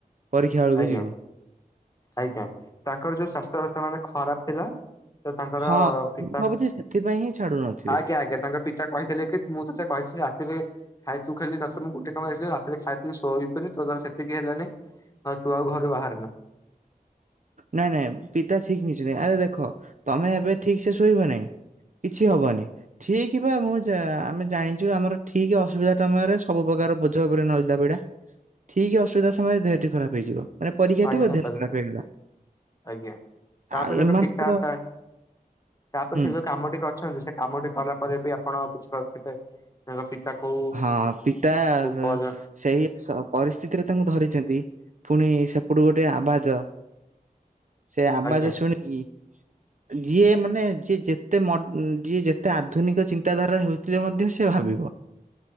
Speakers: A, on the right (about 55°); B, on the left (about 25°).
A: ପରୀକ୍ଷା ବେଳକୁ
B: ଆଜ୍ଞା।
A: ଯିବୁ।
B: ଆଜ୍ଞା! ତାଙ୍କର ଯୋଉ ସ୍ୱାସ୍ଥ୍ୟବସ୍ତା ମାନେ ଖରାପ ଥିଲା। ତ ତାଙ୍କର
A: ହଁ
B: ପିତା
A: ମୁଁ ଭାବୁଛି ସେଥିପାଇଁ ହିଁ ଛାଡୁ ନଥିବେ
B: ଆଜ୍ଞା ଆଜ୍ଞା ତାଙ୍କ ପିତା କହିଥିଲେ କି ମୁଁ ତତେ କହିଥିଲି ରାତିରେ ଖାଇ ତୁ ଖାଲି ତତେ ମୁଁ ବାସ ଗୋଟେ କାମ ଆସିଲି ରାତିରେ ଖାଇ ପିଇ ଶୋଇବିନି ତୋ ଦ୍ଵାରା ସେତିକି ହେଲାନି। ହଁ ତୁ ଆଉ ଘରୁ ବାହାରେ ନା।
A: ନାଇଁ ନାଇଁ ପିତା ଠିକ ନେଇଚନ୍ତି ଆରେ ଦେଖ ତମେ ଏବେ ଠିକସେ ଶୋଇବ ନାଇଁ। କିଛି ହବନି। ଠିକ ପା ମୁଁ ଜା ଆମେ ଜାଣିଚୁ ଆମର ଠିକ ଅସୁବିଧା ସମୟରେ ସବୁ ପ୍ରକାର ପୋ ଝ ଓପରେ ନଳିତା ବିଡା ଠିକ ଅସୁବିଧା ସମୟରେ ଦେହଟି ଖରାପ ହେଇଯିବ ମାନେ ପରୀକ୍ଷା
B: ଆଜ୍ଞା
A: ଥିବ
B: ସତ
A: ଦେହ
B: କଥା
A: ଖରାପ ହେଇଗଲା।
B: ଆଜ୍ଞା ତାପରେ
A: ଆଉ
B: ତାଙ୍କ
A: ଏମାନଙ୍କର
B: ପିତା ମାତା ତାପରେ
A: ହୁଁ
B: ସେ ଯୋଉ କାମଟି କରିଛନ୍ତି ସେ କାମଟି କଲା ପରେ ବି ଆପଣ ବୁଝି ପାରୁଥିବେ ତାଙ୍କ ପିତା କୋଉ
A: ହଁ ପିତା
B: କୋଉ
A: ଏବେ
B: ପରି
A: ସେହି ସ ପରିସ୍ଥିତିରେ ତାଙ୍କୁ ଧରିଚନ୍ତି ଫୁଣି ସେପଟୁ ଗୋଟେ ଆବାଜ ସେ ଆବାଜ
B: ଆଜ୍ଞା
A: ଶୁଣି ଇ
B: <inaudible>
A: ଯିଏ ମାନେ ଯିଏ ଯେତେ ମ ଉଁ ଯିଏ ଯେତେ ଆଧୁନିକ ଚିନ୍ତାଧାରାର ହୋଉଥିଲେ ମଧ୍ୟ ସେ ଭାବିବ।